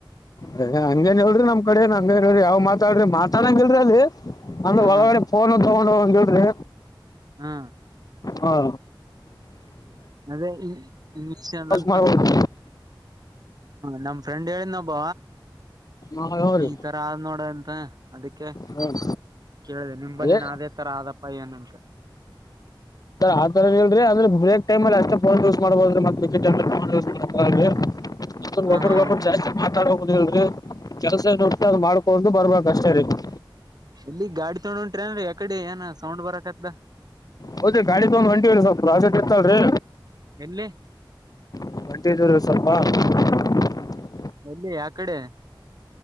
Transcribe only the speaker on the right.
ಹ
ಹ
ಹಾ
ಅದೇ ಹಿಂಸೇ ಅದೇ ಅಂತ
ನಮ ಫ್ರೆಂಡ್ ಹೇಳ ನ ಒಬ್ಬ
ಈ ತರ ಆದ ನೋಡಂತ ಅದಕ್ಕೆ
ಕೇಳಿದೆ ನಿಂಬಲ್ಲಿ
ನೇ ತರ ಆದಪ್ಪ ಏನಂತ
ಹ
ಹಾ
ಇಲ್ಲಿ ಗಾಡಿ ತಗೊಂಡ್ ಓಂಟ್ರಿ ಅನ್್ರ ಯಕಡೆ ಏನ ಸೌಂಡ್ ಬರಕತ್ದ
ಎಲ್ಲಿ
ಎಲ್ಲಿ ಯ ಕಡೆ